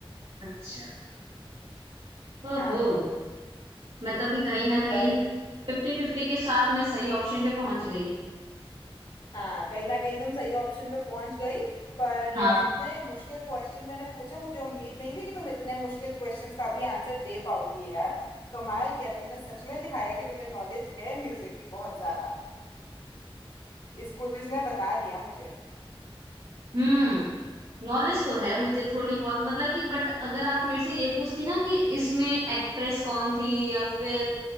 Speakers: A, on the right; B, on the left.
A: अच्छा ओहो
B: हाँ
A: मतलब कि कहीं ना कहीं
B: पर
A: फिफ्टी फिफ्टी के साथ मैं सही ऑप्शन पे पहुंच गई
B: हाँ कहीं ना कहीं तुम सही ऑप्शन पे पहुंच गई पर अ,
A: हाँ
B: जितने मुश्किल क्वेश्चन मैंने पूछे मुझे उम्मीद नहीं थी कि तुम इतने मुश्किल क्वेश्चंस का भी आंसर दे पाओगी यार कमाल किया तुमने सच में दिखाया कि तुम्हें नॉलेज है म्यूजिक की बहुत ज्यादा इस क्विज ने बता दिया मुझे
A: हम्म नॉलेज तो है मुझे थोड़ी बहुत मतलब कि बट अगर आप मेरे से ये पूछती ना कि इसमें एक्ट्रेस कौन थी या फिर